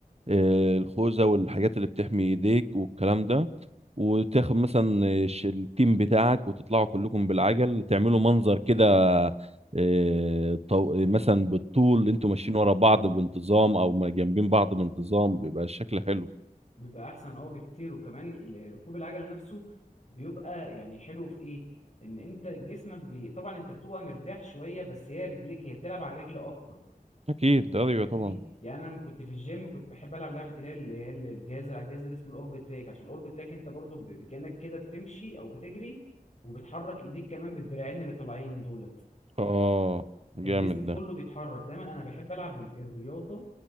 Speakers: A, on the right (about 45°); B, on the left (about 45°).
A: آه، الخوذه والحاجات اللي بتحمي ايديك والكلام ده وتاخد مثلا الش- التيم بتاعك وتطلعوا كلكم بالعجل تعملوا منظر كده آه، طو... مثلا بالطول انتوا ماشيين ورا بعض بانتظام او ما جنبين بعض بانتظام بيبقى الشكل حلو
B: بيبقى احسن اه بكتير وكمان ال- ركوب العجل نفسه بيبقى يعني حلو في ايه ان انت جسمك بي... طبعا انت بتبقى مرتاح شويه بس هي رجليك هي بتلعب على الرجل اكتر
A: اكيد ايوه
B: فاهمني
A: طبعا
B: يعني انا لما كنت في الجيم كنت بحب العب لعبه اللي هي اللي هي الجهاز اللي على الجهاز اللي اسمه الاوربت تراك عشان الاوربت تراك انت برضو ب... ب- كانك كده بتمشي او بتجري وبتحرك ايديك كمان بالدراعين اللي طالعين دولت
A: اه
B: فالجسم
A: جامد
B: كله
A: ده
B: بيتحرك دايما انا بحب العب ال- الرياضه